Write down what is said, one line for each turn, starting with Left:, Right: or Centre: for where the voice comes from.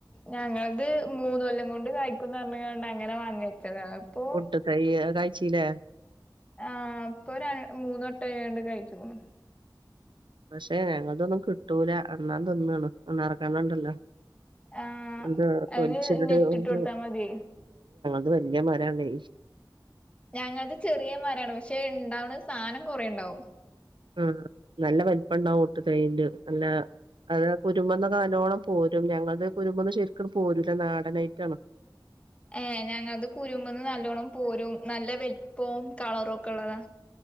Left: ഞങ്ങളത് മൂന്ന് കൊല്ലം കൊണ്ട് കായ്ക്കുംന്ന് പറഞ്ഞുങ്ങണ്ട അങ്ങനെ വാങ്ങി വെച്ചതാ അത്പ്പോ
Right: ഒട്ട് തൈ കഴിച്ചില്ലേ
Left: ആ ഇപ്പൊ ര മൂന്നട്ട യോണ്ട് കയ്ച്ച്ക്ണ്
Right: പക്ഷെ ഞങ്ങൾതൊന്നും കിട്ടൂല അണ്ണാ തിന്നാണ് അണ്ണാറക്കണ്ണൻ ണ്ടല്ലോ
Left: ആഹ്
Right: എന്താ
Left: അയിന്
Right: തൊലിച്ചത്
Left: നെറ്റ്
Right: <unintelligible>
Left: ഇട്ട് കൊടുത്താ മതിയേ
Right: ത് വെല്ല്യ മരാണെ
Left: ഞങ്ങൾത് ചെറിയമാരാണ് പക്ഷെ ഇണ്ടാവണ സാനം കൊറെണ്ടാവും
Right: ആ നല്ല വൽപ്പണ്ടാവും ഒട്ട് തൈയ്യിൻ്റെ അല്ല അതിന് കുരുമെന്നൊക്കെ നല്ലോണം പോരും ഞങ്ങൾ ത് കുരുമെന്ന് ശരിക്കണ്ട് പോരൂല്ല നാടനായിട്ടാണ്
Left: ഏ ഞങ്ങൾത് കുരുമ്ന്ന് നല്ലോണ്ണം. പോരും നല്ല വെല് പ്പൊം കള റൊക്കെ ള്ളതാ